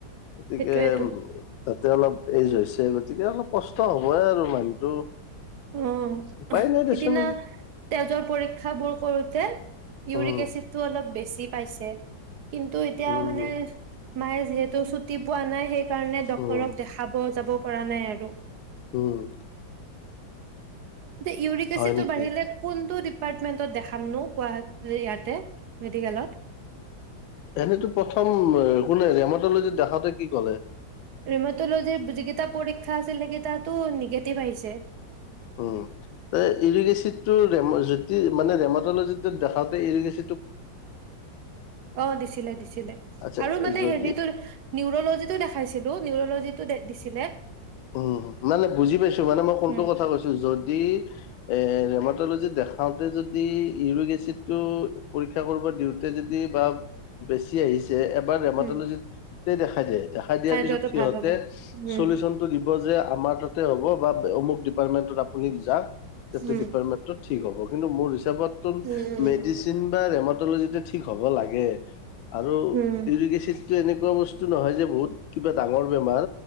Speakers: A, on the left; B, on the right.
A: গতিকে
B: সেইটোয়েতো
A: তাত তে অলপ এজ হৈছে, গতিকে অলপ কষ্ট হ'বই আৰু মানুহটো
B: উম,
A: উপায় নাই দেচোন
B: সিদিনা তেজৰ পৰীক <unintelligible> ক্ষাবোৰ কৰোঁতে ইউৰিক
A: উম
B: এচিডটো অলপ বেছি ছি পাইছে। কিন্তু এতিয়া
A: উম
B: মানে মায়ে যিহেতু ছুটি পোৱা নাই সেই কাৰণে ডক্তৰক
A: উম
B: দেখাব যাব কৰা নাই আৰু।
A: উম।
B: তে ইউৰিক এচিডটো
A: হয় নেকি?
B: বাঢ়িলে কোনটো দিপ পাৰ্টমেণ্টত দেখামনো কোৱা ইয়াতে মেডিকেলত।
A: এনে প্ৰথম কোনে <unintelligible> দেখাওঁতে কি ক'লে?
B: ৰেমট'লজিৰ যিকেই পৰীক্ষা আছিলেকেইটাতো নিগেটিভ আহিছে।
A: উম, এ ইউৰিক এছিড চিডটোৰ ৰেম যদি মানে ৰেম'ট'লজিটোৰ দেখাঁওতে ইউৰিক এচি
B: অ', দিছিলে, দিছিলে
A: আচ্ছা
B: আৰু মানে
A: যদি
B: হেৰিটো নিউৰলজিটো দেখাইছিলো, নিউৰ'ল'জিত টো ডেট দিছিলে।
A: উম, মানে বুজি পাইছোঁ মানে মই কোনটো
B: উম
A: কথা কৈছো যদি এ ৰেম'ট'লজিত দেখাওঁতে যদি ইউৰিক এচিডটো পৰীক্ষা কৰব' দিওঁ তে যদি বা বেছ তিয়াইচ এবাৰ ৰেম'ত'লজিত
B: উম
A: দেখাই দিয়ে, দেখাই দিয়াৰ পিছত
B: লোৱাটো
A: সিহঁতে
B: ভাল হ'ব উম
A: চলিউচন দিব যে আমাৰ তাতে হ'ব বা অমুক ডিপাৰ্টমেন্টত আপুনি যাক তাতে
B: উম
A: ডিপাৰ্টমেন্টত ঠিক হ'ব কিন্তু মোৰ হিচাপত
B: উম
A: মেডিচিন বা ৰেম ত'ল'জিতে ঠিক হ'ব লাগে আৰু
B: উম
A: ইউৰিক এচিড তে এনেকুৱা বস্তু নহয় যে বহুত কিবা ডাঙৰ বেমাৰ